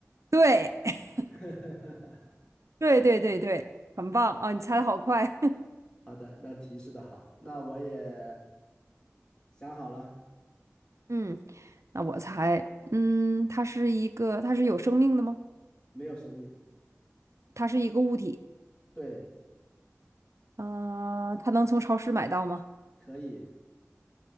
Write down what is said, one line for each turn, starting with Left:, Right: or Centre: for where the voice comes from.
Right: 对 <laughs>
Left: <laughs>
Right: 对对对对，很棒啊！你猜的好快，
Left: 好的，那提示的好，那我也想好了，
Right: <laughs> 嗯，那我猜，嗯，它是一个，它是有生命的吗？
Left: 没有生命，
Right: 它是一个物体，
Left: 对，
Right: 呃，它能从超市买到吗？
Left: 可以，